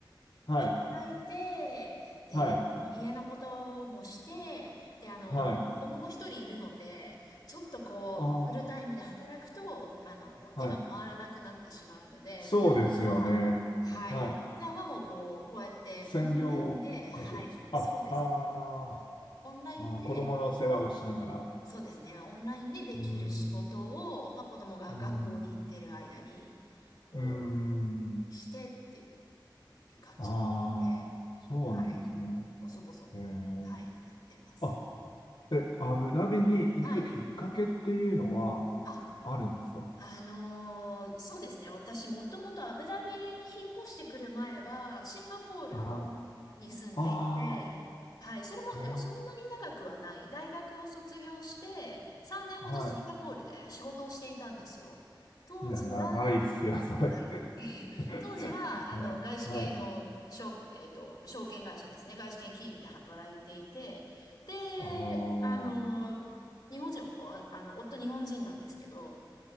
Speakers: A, on the left; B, on the left.
A: はい、
B: 働いて、で、
A: はい、
B: その家のこともして、で、あの、
A: はい。
B: 子供も一人いるので、ちょっとこう、
A: あ
B: フルタイムで働くと、あの、手が回らなくなってしまうので、
A: あ、はい。そうですよね。
B: 普段は、はい。
A: はい。
B: 普段はもうこう、こうやってオンラインで、
A: 専業歌手ですか。
B: はい。そうですね。
A: あ、あ
B: オンラインで
A: ーあー、子供の世話をしながら。
B: そうですね。オンラインでできる仕事を、
A: うーん、
B: まあ、子供が学校に行ってる間に、
A: うーん、
B: こう、
A: うーん。
B: してっていう感じですね。
A: ああ、そうなんですね。
B: はい。細々と、
A: えー、
B: はい、やってます。
A: あ、え、アブダビに行くきっかけっていうのは
B: はい。あ、
A: あるんですか
B: あのーそうですね。私、もともとアブダビに引っ越してくる前は、シンガポールに住んでいて、
A: あ、あ
B: はい。それも、
A: あー、え
B: でもそんなに長くはない。大学を卒業して、3年ほどシンガポールで仕事をしていたんですよ。
A: ーはい。
B: 当時は、
A: いや、長いっすよ、それ。
B: はい <laughs>
A: <laughs>
B: 当時は、
A: はい。
B: あの、外資系の、
A: はい。
B: 証えっと、証券会社ですね。外資系金融で働いていて、で、
A: あ
B: あのー日本人、おあの、夫日本人なんですけど、